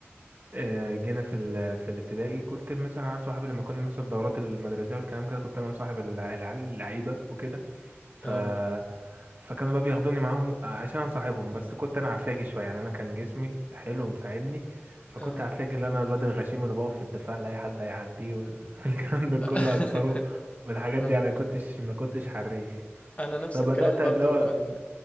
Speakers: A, on the right; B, on the left.
A: آه، جينا في ال... في الابتدائي كنت مثلا عيال صحابي لما كنا بنحصل الدورات المدرسيه والكلام كده كنت انا مصاحب الع- العيال اللعيبه وكده ف
B: اه
A: فكانوا بقى بياخدوني معاهم آه، عشان انصاحبهم بس كنت انا عفاجي شويه يعني انا كان جسمي حلو ومساعدني فكنت
B: اه
A: عفاجي اللي انا الواد الغشيم اللي بقف في الدفاع لاي حد هيعديه وال... <laughs> والكلام ده
B: <laughs>
A: كله اكسره والحاجات
B: آه.
A: دي يعني ما كنتش ما كنتش حريف
B: انا نفس
A: فبدات
B: الكلام برضو
A: اللي هو
B: كان